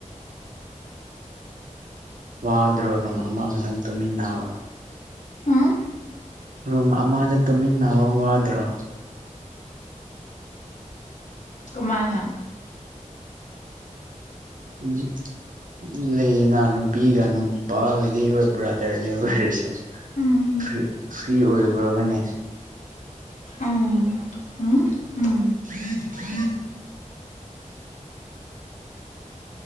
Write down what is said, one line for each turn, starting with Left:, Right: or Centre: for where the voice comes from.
Right: ꯋꯥꯗ꯭ꯔꯣ ꯔꯨꯝ ꯑꯃ ꯈꯛꯇꯪ ꯇꯨꯃꯤꯟꯅꯕ?
Left: ꯎꯝ
Right: ꯔꯨꯝ ꯑꯃꯗ ꯇꯨꯝꯃꯤꯟꯅꯕ ꯋꯥꯗ꯭ꯔꯣ?
Left: ꯀꯨꯃꯥꯏꯅ?
Right: ꯎꯝ ꯂꯩꯌꯦꯅ ꯅꯨꯄꯤꯒ ꯅꯨꯄꯥꯒꯗꯤ ꯍꯣꯏ ꯕ꯭ꯔꯥꯗꯔꯅꯦ ꯑꯣꯏꯔꯁꯨ
Left: ꯎꯝ
Right: ꯐ꯭ꯔꯤ ꯐ꯭ꯔꯤ ꯑꯣꯏꯕ꯭ꯔꯕꯅꯦ?
Left: ꯎꯝ ꯎꯝ ꯎꯝ
Right: <unintelligible>